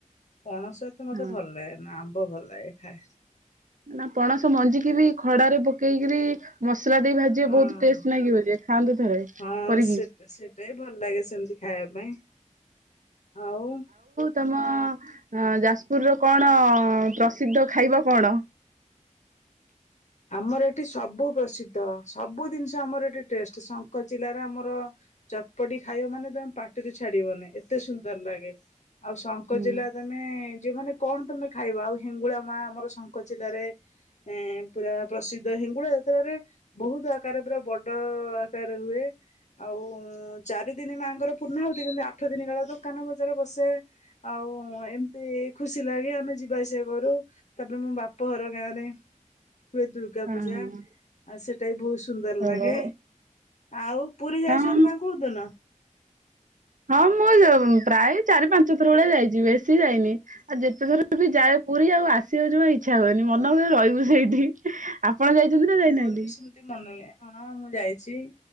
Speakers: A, on the left; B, on the right.
A: ପଣସହିତ ମତେ
B: ହଁ
A: ଭଲ ଲାଗେ ନା, ଆମ୍ବ ଭଲ ଲାଗେ ଖାଏ।
B: ନା ପଣସ ମଞ୍ଜିିକି ବି ଖରାରେ ପକେଇକରି ମ ମସଲା ଦେଇ ଭାଜିବ
A: ହଁ।
B: ବୋହୁତ ଟେଷ୍ଟ ଲାଗିବ, ଖାଆନ୍ତୁ ଥରେ କରିକି।
A: ହଁ ସେଟା ସେଟା ବି ଭଲ ଲାଗେ ସେମିତି ଖାଇବା ପାଇଁ ଆଉ
B: ତମ ଯାଜପୁର ର କଣ ପ୍ରସିଦ୍ଧ ଖାଇବା କଣ?
A: <unintelligible> ଆମର ଏଠି ସବୁ ପ୍ରସିଦ୍ଧ, ସବୁ ଜିନିଷ ଆମର ଏଠି ଟେଷ୍ଟ। ଜିଲ୍ଲାରେ ଆମର ଚଟପଟି ଖାଇବା ମାନେ ତମେ ପାଟିରୁ ଛାଡିବନି ଏତେ ସୁନ୍ଦର ଲାଗେ। ଆଉ ଶଙ୍କଚିଲା
B: ହୁଁ
A: ତମେ ଯୋଉମାନେେ କଣ ତମେ ଖାଇବ ଆଉ ହେଙ୍ଗୁଳା ମା ଆମର ଶଙ୍କଚିଲାରେ ଏ ପୁରା ପ୍ରସିଦ୍ଧ ହିଙ୍ଗୁଳା ଯାତ୍ରାରେ ବୋହୁତ ଆକାର ପୁରା ବଡ ଆକାର ହୁଏ। ଆଉ ଚାରି ଦିନ ମାଆଙ୍କର ପୂର୍ଣାଆହୁତି କିନ୍ତୁ ଆଠ ଦିନ କାଳ ଦୋକାନ ବଜାର ବସେ ଆଉ। ହୋଉ ଏମତି ଖୁସି ଲାଗେ ଆମେ ଯିବା ଆସିବା କରୁ ତାପରେ ମୋ ବାପ ଘର ଗାଁ ରେ <inaudible> ହୁଏ ଦୁର୍ଗା
B: ହଁ
A: ପୂଜା
B: ହଁ
A: ଆଉ ସେଟା ବି ବୋହୁତ ସୁନ୍ଦର
B: ଓହୋ
A: ଲାଗେ ଆଉ। ପୁରୀ ଯାଇଛନ୍ତି
B: ହଁ
A: ନା କୋଉଦିନ?
B: ହଁ ମୁଁ ପ୍ରାୟ ଚାରି ପାଞ୍ଚ ଥର ବେଳେ ଯାଇଚି ବେଶୀ ଯାଇନି ଆଉ ଯେତେଥର ବି ଯାଏ ପୁରୀ ଆଉ ଆସିବାକୁ ଜମା ଇଚ୍ଛା ହୁଏନି ମନ ହୁଏ ରହିବୁ ସେଇଠି ଆପଣ କଣ ଯାଇଛନ୍ତି ନା ଯାଇନାହାନ୍ତି।
A: ମୋର ବି ସେମିତି ମନେ ନାହିଁ ହଁ ମୁଁ ଯାଇଚି